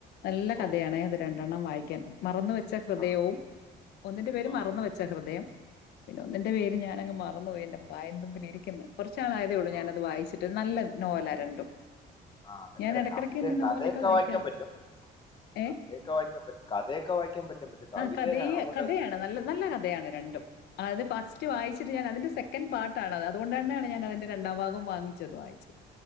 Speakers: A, on the left; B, on the left.
A: നല്ല കഥയാണേ
B: ഓ ഓ
A: അത് രണ്ടെണ്ണം വായിക്കാൻ. മറന്ന് വെച്ച ഹൃദയവും
B: ആ
A: ഒന്നിന്റെ പേര്
B: ആ
A: മറന്ന് വെ ച്ച ഹൃദയം. പിന്നെ ഒന്നിന്റെ പേര് ഞാനങ്ങ് മറന്നു പോയി. എന്റെ വായിൻ തുമ്പിലിരിക്കുന്ന്. കൊറച്ച് നാളായതേ ഉള്ളൂ
B: ആ,
A: ഞാനത് വായിച്ചിട്ട് നല്ല നോവലാ രണ്ടും.
B: ആഹ് അതൊക്കാരെ
A: ഞാൻ ഇടയ്ക്കിടയ്ക്ക്
B: കവിത
A: ഇങ്ങനെ
B: കഥയൊക്കെ
A: നോവലൊക്കെ വായിക്കാറ്
B: വായിക്കാൻ പറ്റും.
A: ഏ
B: കഥയൊക്കെ വായിക്കാൻ പറ്റും കഥയൊക്കെ വായിക്കാ പറ്റും പക്ഷെ കവിത
A: ആ കഥയെ
B: അങ്ങോട്ട്
A: കഥയാണ്. നല്ല നല്ല കഥയാണ് രണ്ടും. ആഹ് ഇത് ഫസ്റ്റ് വായിച്ചിട്ട് ഞാൻ അതിന്റെ സെ ക്കൻ പാർട്ടാണ് അത്. അതുകൊണ്ട് തന്നെയാണ് ഞാൻ അതിന്റെ രണ്ടാം ഭാഗവും വാങ്ങിച്ചത് വായിച്ചത്.